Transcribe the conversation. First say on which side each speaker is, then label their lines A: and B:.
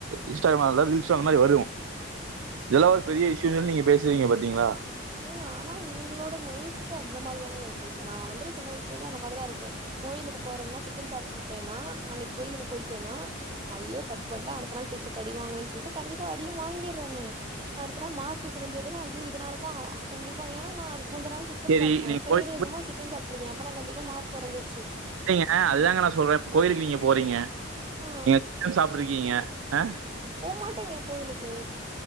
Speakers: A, on the right; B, on the right.
A: இன்ஸ்டாகிராம் ரீல்ஸ் அந்த மாதிரி வரும் இதெல்லாம் ஒரு பெரிய விஷ்யம் நீங்க பேசுறீங்க பாத்தீங்களா
B: ங்க ஆனா இவங்களோட மைண்ட் செட் அந்த மாதிரி தானங்க இருக்கு இப்ப நான் வந்துட்டு சின்ன வயசுல இருந்து அந்த மாதிரி தான் இருக்கேன் கோயிலுக்கு போறேன்னா சிக்கன் சாப்பிட்டுட்டேன்னா அன்னைக்கு கோயிலுக்கு போயிட்டேன்னா ஐயோ தப்பு பண்டேன் அடுத்த நாள் டீச்சர்ட் அடி வாங்குவன்னு சொல்லிட்டு கண்டிப்பா அடியும் வாங்கிறேனே அடுத்த நாள் மார்க் கொறஞ்சதுன்னா ஐயோ இதனால வா கண்டிப்பா ஏன்னா நான் அதுக்கு முந்தன நாள் சிக்கன்
A: சரி
B: சாப்பிட்டேன்
A: நீங்க
B: ஃப்ரைடே
A: கோயிலுக்கு
B: அதுமா
A: போய்
B: சிக்கன் சாப்பிட்டுற்கேன் அப்பனா கண்டிப்பா மார்க் குறைஞ்சிச்சு
A: இல்லையிங்க அதுதா நா சொல்றேன் கோயிலுக்கு நீங்க போறீங்க
B: ஆ
A: <unintelligible> சாப்பிருக்கீங்க ஹன்
B: போமாட்டேங்க கோயிலுக்கு